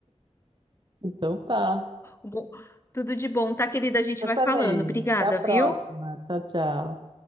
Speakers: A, on the right; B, on the left.
A: Então tá.
B: bom, tudo de bom, tá, querida? A gente
A: Eu
B: vai
A: também.
B: falando. Obrigada,
A: Até a próxima.
B: viu?
A: Tchau, tchau.